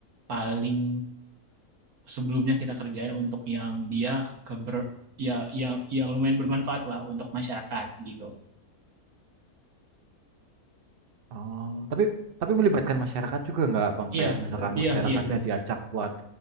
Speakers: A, on the right; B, on the right.
A: paling sebelumnya kita kerjain untuk yang dia keber ya yang yang lumayan bermanfaat lah untuk masyarakat gitu.
B: Oh, tapi tapi melibatkan masyarakat juga nggak, Bang?
A: Iya,
B: Kayak misalkan
A: iya,
B: masyarakatnya
A: iya,
B: diajak buat